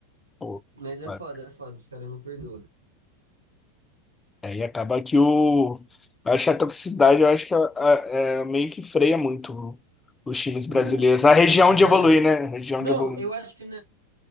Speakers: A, on the left; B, on the right.
A: Pô,
B: Mas é
A: é.
B: foda, é foda, os caras não perdoam.
A: aí acaba que o. eu Acho que a toxicidade, eu acho que a- a- é, meio que freia muito os times brasileiros.
B: O,
A: A
B: o
A: região
B: cenário
A: de evoluir,
B: é.
A: né? A região
B: Não,
A: de evoluir.
B: eu acho que não,